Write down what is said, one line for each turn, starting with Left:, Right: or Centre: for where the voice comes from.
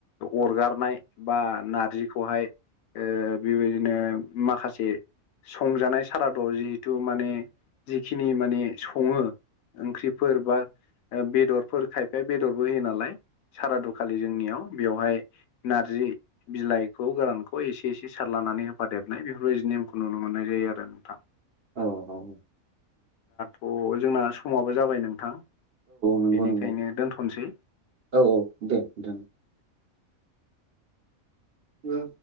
Left: अरगारनाय बा नारजिखौहाय बेबायदिनो माखासे संजानाय साराद' जिहेतु माने जिखिनि माने सङो ओंख्रिफोर बा बेदरफोर खायफाया बेदरबो होयो नालाय सारादुखालि जोंनियाव बेवहाय नारजि बिलाइखौ गोरानखौ एसे एसे सारलानानै होफादेरनाय बेफोरबायदि नेमखौ नुनो मोनो मोननाय जायो आरो नोंथाङां
Right: औ औ
Left: थ जोंना समाबो जाबाय नोंथां
Right: नंगौ
Left: बेनिखायनो
Right: नंगौ
Left: दोनथ'सै
Right: औ औ दे नोंथां औ